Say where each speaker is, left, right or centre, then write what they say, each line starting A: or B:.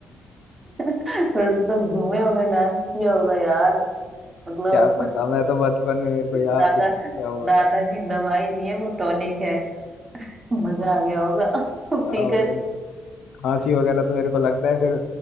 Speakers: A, on the right (about 30°); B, on the left (about 75°).
A: फिर तो तुम घूमे होगे डांस किया होगा यार मतलब
B: क्या पता मैं तो बचपन में मेरे को याद
A: दादा
B: भी नहीं क्या हुआ
A: दादा
B: था
A: की दवाई नहीं है वो टॉनिक है मजा आ गया होगा पीकर
B: क्या हुआ नहीं। खांसी वगैरह तो मेरे को लगता है फिर